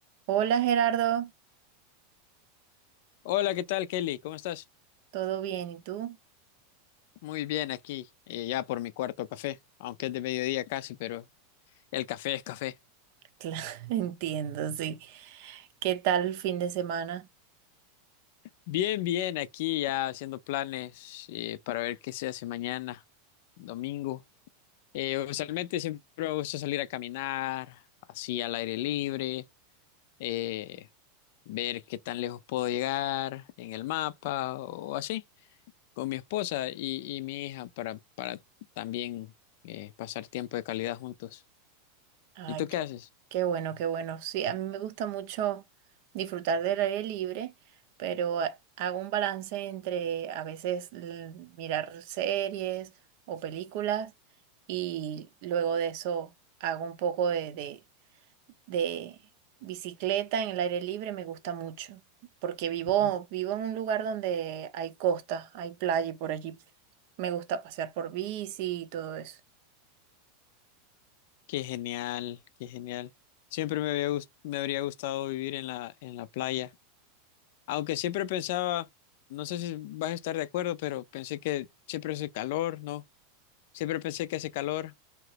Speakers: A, on the right; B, on the left.
A: Hola Gerardo,
B: Hola, ¿qué tal, Kelly? ¿Cómo estás?
A: ¿todo bien? ¿Y tú?
B: Muy bien aquí, eh, ya por mi cuarto café, aunque es de mediodía casi, pero el café es café.
A: Claro, <laughs> entiendo, sí. ¿Qué tal el fin de semana?
B: Bien, bien, aquí ya haciendo planes eh, para ver qué se hace mañana, domingo. Eh, usualmente siempre me gusta salir a caminar, así al aire libre, eh, ver qué tan lejos puedo llegar en el mapa o así, con mi esposa y, y mi hija para, para también eh, pasar tiempo de calidad juntos.
A: Ay,
B: ¿Y tú qué
A: qué,
B: haces?
A: qué bueno, qué bueno. Sí, a mí me gusta mucho disfrutar del aire libre, pero a- hago un balance entre a veces l- mirar series o películas y luego de eso hago un poco de, de de bicicleta en el aire libre me gusta mucho, porque vivo,
B: Ujú.
A: vivo en un lugar donde hay costa, hay playa y por allí me gusta pasear por bici y todo eso.
B: Qué genial, qué genial. Siempre me había gus- me habría gustado vivir en la, en la playa. Aunque siempre pensaba, no sé si vas a estar de acuerdo, pero pensé que siempre hace calor, ¿no? Siempre pensé que hace calor.